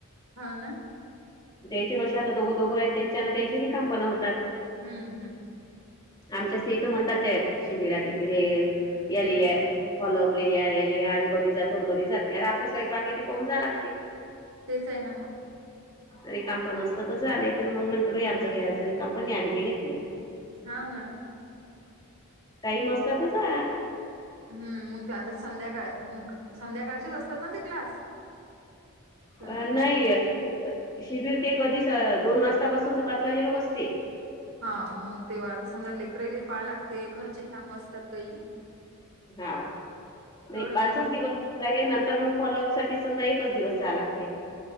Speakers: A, on the right; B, on the left.
A: हा ना?
B: द्यायचे कशे आता दोघं दोघं हायेत त्याच्यानं त्याचे काम पण होतात.
A: हम्म. हम्म.
B: आमच्याच इथं म्हणतात त्या शिबिरात हे यालेया. फॉलोपले या, यालेया आम्ही कधी जातो, कधी जात नई, आर आपला स्वयंपाक येथे पाहून जा लागते
A: तेच हाय ना मग.
B: रिकामपन असलं तर जा नई तर मग, म्हणतंई बई आमचं कई आज रिकामपन नई आम्ही काई येत नई.
A: हाव ना.
B: टाइम असला तर जा.
A: हम्. मंग ते आता संध्याकाळ संध्याकाळचेच असतात ना ते क्लास? संध्याकाळचे
B: अ नाही शिबिर ते कधी दोन वाजतापासून तर पाच वाजे लोक असते.
A: हा मग तेव्हा आता समजा लेकरालाही पहाय लागते, घरचेही काम असतात काही.
B: हा नाही
A: एवढं
B: पाचच
A: होत
B: दिवस नंतर मग फॉलोअपसाठी समजा एकच दिवस जाया लागते.